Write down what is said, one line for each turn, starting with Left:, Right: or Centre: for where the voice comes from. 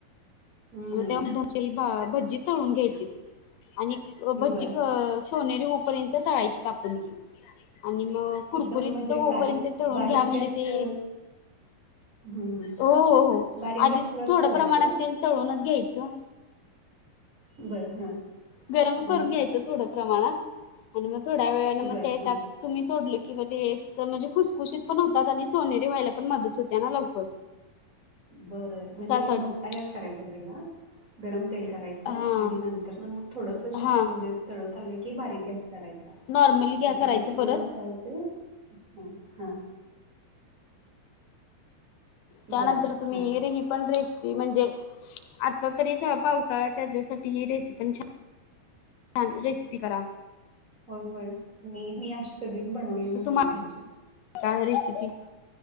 Right: हं
Left: मग त्याची भज्जी तळून घ्यायची आणि भज्जी
Right: बरं
Left: सोनेरी होऊपर्यंत तळायची आपण ती. आणि मग कुरकुरीत
Right: एकदम म्हणजे
Left: तर होईपर्यंत
Right: गारीक
Left: तळून
Right: बारीक
Left: घ्या म्हणजे
Right: गॅसवरच
Left: ते
Right: हं हं
Left: हो हो हो
Right: बारीक
Left: आधी
Right: गॅसवर
Left: थोडं
Right: करायचं
Left: प्रमाणात तेल तळूनच घ्यायचं.
Right: बरं हां
Left: गरम
Right: आणि
Left: करून घ्यायचं थोडं. प्रमाणात आणि मग थोड्या वेळेने
Right: बरं
Left: मग ते
Right: हां.
Left: तुम्ही सोडलं की मग म्हणजे खुसखुशीत पण होतात आणि सोनेरी व्हायला. पण मदत होते ना लवकर
Right: बर म्हणजे
Left: त्यासाठी
Right: मोठा गॅस करायचा पहिला? गरम तेल करायचं
Left: हा
Right: आणि नंतर ना मग थोडस म्हणजे
Left: हा
Right: तळत आलं की बारीक गॅस करायचा ह्याच्या
Left: नॉर्मली काय करायचं
Right: मुळ
Left: परत
Right: काय होत हं हां.
Left: त्यानंतर
Right: बरं
Left: तुम्ही
Right: हां.
Left: <unintelligible> ही पण रेसिपी म्हणजे आता तरी स पावसाळ्या त्याच्यासाठी ही रेसिपी छान छान रेसिपी करा.
Right: हो होय मी मी अशी कधीच बनवली
Left: आता
Right: नव्हती
Left: तुम्हाला
Right: भजी.
Left: का रेसिपी